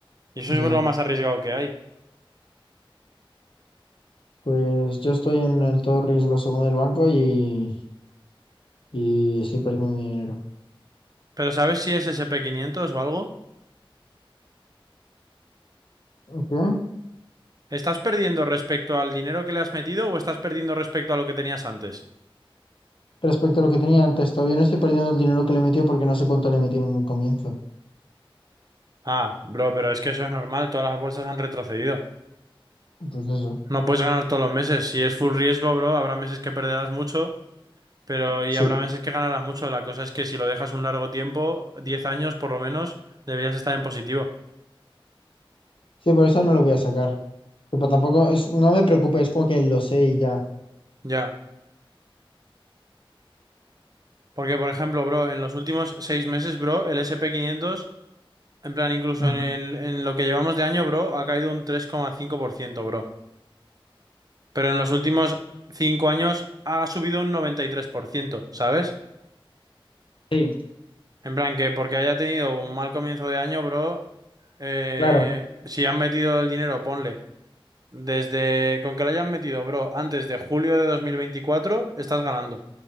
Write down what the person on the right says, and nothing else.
Y eso
es lo más arriesgado que hay.
¿Pero sabes si es S&P 500 o algo?
¿Estás perdiendo respecto al dinero que le has metido o estás perdiendo respecto a lo que tenías antes?
Ah, bro, pero es que eso es normal, todas las bolsas han retrocedido.
No puedes ganar todos los meses. Si es full riesgo, bro, habrá meses que perderás mucho, pero y
habrá meses que ganarás mucho. La cosa es que si lo dejas un largo tiempo, 10 años por lo menos, deberías estar en positivo.
Ya. Porque, por ejemplo, bro, en los últimos 6 meses, bro, el S&P 500, en plan, incluso
en el, en lo que llevamos de año, bro, ha caído un 3,5%, bro. Pero en los últimos 5 años ha subido un 93%, ¿sabes?
En plan, que porque haya tenido un mal comienzo de año, bro, eh,
si han metido el dinero, ponle. Desde con que lo hayan metido, bro, antes de julio de 2024 estás ganando,